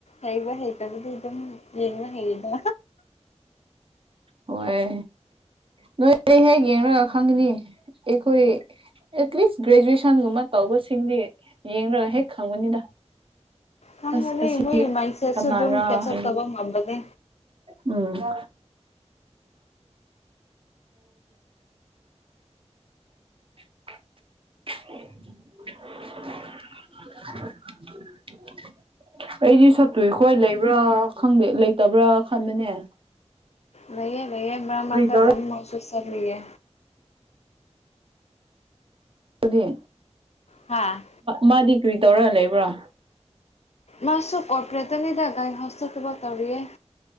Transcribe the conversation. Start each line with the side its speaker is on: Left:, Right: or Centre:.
Left: ꯍꯩꯕ ꯍꯩꯇꯕꯨꯗꯤ ꯑꯗꯨꯝ ꯌꯦꯡꯅ ꯍꯩꯔꯤꯗ
Right: ꯍꯣꯏ ꯅꯣꯏ ꯑꯩ ꯍꯦꯛ ꯌꯦꯡꯉꯒ ꯈꯪꯒꯅꯤ ꯑꯩꯈꯣꯏ ꯑꯦꯠꯂꯤꯁ ꯒ꯭ꯔꯦꯖꯨꯑꯦꯁꯟꯒꯨꯝꯕ ꯇꯧꯕꯁꯤꯡꯗꯤ ꯌꯦꯡꯒ ꯍꯦꯛ ꯈꯪꯕꯅꯤꯗ
Left: ꯈꯪꯉꯅꯤ
Right: ꯑꯁ ꯑꯁꯤ
Left: ꯃꯣꯏꯒꯤ ꯃꯥꯏꯟ ꯁꯦꯠꯁꯨ
Right: ꯀꯅꯥꯔꯥ
Left: ꯑꯗꯨꯝ ꯀꯦꯆ
Right: ꯍꯥꯏꯕ
Left: ꯑꯞ ꯇꯧꯕ ꯉꯝꯕꯅꯦ
Right: ꯎꯝ <inaudible> <unintelligible> <inaudible> ꯑꯩꯗꯤ ꯁꯠꯇꯨꯏꯈꯣꯏ ꯂꯩꯕ꯭ꯔꯥ ꯈꯪꯗꯦ ꯂꯩꯇꯕ꯭ꯔꯥ ꯈꯟꯕꯅꯦ
Left: ꯂꯩꯚꯌꯦ ꯂꯩꯩꯌꯦ ꯭ꯔꯝ
Right: ꯀꯔꯤ
Left: ꯂꯥꯛꯛꯇ
Right: ꯇꯧꯔ
Left: ꯑꯗꯨꯝ ꯃꯁꯁ ꯆꯔꯤꯌꯦ
Right: ꯑꯗꯨꯗꯤ
Left: ꯍꯥꯥ
Right: ꯃꯥꯗꯤ ꯀꯔꯤ ꯇꯧꯔꯒ ꯂꯩꯕ꯭ꯔꯣ
Left: ꯃꯥꯁꯨ ꯀꯣꯔꯄꯣꯔꯦꯠꯇ ꯅꯤꯗ ꯒꯥꯏꯗ ꯍꯥꯎꯁꯗ ꯊꯕꯛ ꯇꯧꯔꯤꯌꯦ